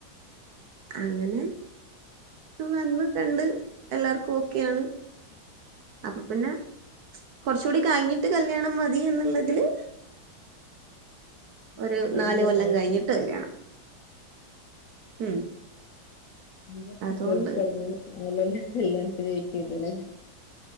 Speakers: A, on the right; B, on the left.
A: അങ്ങനെ വന്ന് കണ്ട് എല്ലാർക്കും ഓക്കെയാണ് അപ്പ പിന്നെ കൊർച്ചൂടി കഴിഞ്ഞിട്ട് കല്യാണം മതി എന്നുള്ളതില്
B: ആ
A: ഒരു
B: ജോലിയൊക്കെ
A: നാല് കൊല്ലം
B: ആയിട്ട്
A: കഴിഞ്ഞിട്ട് കല്യാണം ഉം
B: അഞ്ച് വർഷം
A: അതുകൊണ്ട്
B: പ്രേമിച്ച് നടന്നു മൂന്ന് കൊല്ലം കല്യാണത്തിന് വെയിറ്റ് ചെയ്ത് ലേ